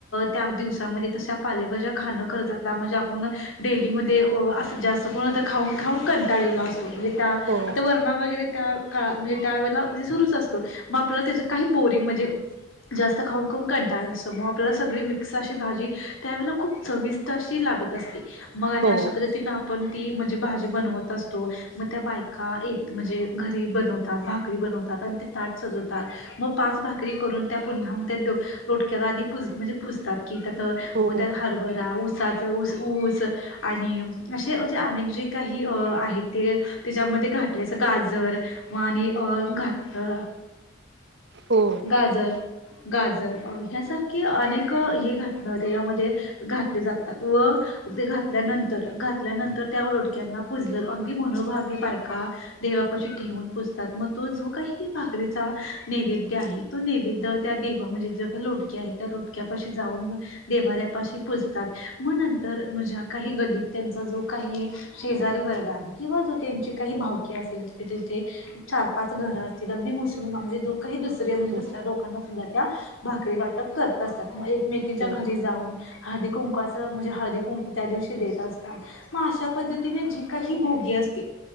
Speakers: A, on the left; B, on the right.
A: त्या मध्ये दिवसात पालेभाज्या खाणं करतात त्या मध्ये आपण डेली मध्ये अस जास्त आता खाऊन खाऊन कंटाळ लेला असतो, म्हणजे त्या
B: हो
A: आता वर्णा वगैरे त्या काळात म्हणजे त्यावेळेला म्हणजे सुरुच असतो मग आपल्याला त्याच काही बोरिंग म्हणजे जास्त खाऊन खून कंटाळा आलेला असतो. अस मग आपल्याला सगळी मिक्स अशी भाजी त्यावेळेला खूप चविष्ट अशी लाग त असते. मग
B: हो
A: अशा पद्धतीन आपण ती म्हणजे भाजी बनवत असतो मग त्या बायका येत म्हणजे घरी जी बनवतात भाकरी बनवतात आणि तेी ताट सजवतात मग पाच भाकरी करून त्या पुन्हामध्ये लोटक्याला आधी म्हणजे पुजतात की त्यात
B: हो
A: मग त्यात हरभरा, ऊसाचे ऊस, आणि असे म्हणजे अनेक जे काही आहेत ते त्याच्यामध्ये घातले अस गाजर म आणि अ घात अ
B: हो
A: गाजर गाजर ह्यासारख कि अनेक हे घटक त्याच्यामध्ये घातले जातात व ते घातल्यानंतर घातल्यानंतर त्या लोटक्यांना पुजलं अगदी मनोभावी बायका देवापशी ठेऊून पुजतात मग तो जो काही ह भाकरीचा नैवेद्य आहे तो नैवेद्य त्या देवा म्हणजे जे काही लोटक्या आहेत. त्या लोटक्यापाशी जाऊन देवाऱ्यापाशी पुजतात मग नंतर काही गल्लीतल्यांचा जो काही शेजारी वर्ग आहे किंवा जो त्यांची काही भावकी असेल तिथे चार पाच घरं असतील अगदी मुस्लिम म्हणजे ज काही दुसरे म्हणजे
B: हो
A: दुसऱ्या लोकांना सुद्धा त्या भाकरी वाटप करत असतात मग एकमेकीच्या
B: हो
A: घरी जाऊन हळदी कुंकू कुंकाच म्हणजे हळदी कुंकू त्या दिवशी देत असतात मग अशा पद्धतीने जी काही भोगी असते.